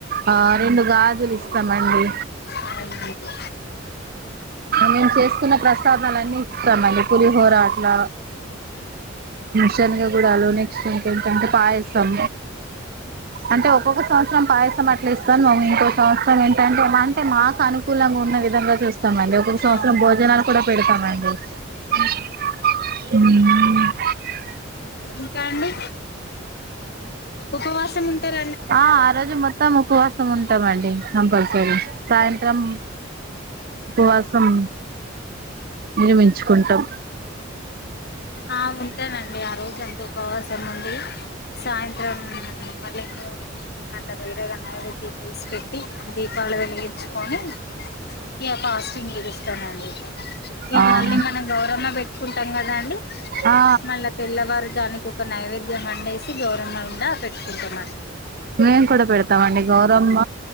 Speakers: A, on the right; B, on the left.
A: ఆ రెండు గాజులు ఇస్తామండి
B: అవునండి
A: మేము చేసుకున్న ప్రసాదాలన్ని ఇస్తాం అం పులిహోర అట్లా శనగగూడాలు నెక్స్ట్ వచ్చేస్ ఎంట పాయసం అంటే ఒక్కొక్క సంవత్సరం పాయసం అట్లా ఇస్తాను మము ఇంకో సంవత్సరం ఏంటంటే అంటే మాకు అనుకూలంగా ఉన్న విధంగా చూస్తామ అండి ఒకొక్క సంవత్సరం
B: అవునండి
A: భోజనాలు కూడా పెడతామండి హ <inaudible>
B: ఉంటానండి ఉపవాసం ఉంటార
A: ఆ ఆ రోజు మొత్తం ఉపవాసం ఉంటాం మండి నమ్ పరిస ల సాయంత్రం ఉపవాసం నిరుమించుకుంటాం
B: ఆ ఉంటానండి ఆ రోజు అంతే ఉపవాసం ఉండి సాయంత్రం ల్ దేవుడికి మళ్ళా వేరేగా నైవేద్యం తీసి పెట్టి దీపాలు వెలిగించుకొని ఇక పాస్టింగ్ విడుస్తామండి ఇక
A: అవును
B: మళ్ళీ మనం గౌరమ్మ పెట్ కుంటాం కదా అండి
A: ఆ
B: మళ్ళ తెల్లవారు జానికి ఒక నైవేద్యం వండేసి గౌరమ్మ కూడా పెట్టుకుంటాము
A: మేం కూడా పెడతామండి గౌరమ్మ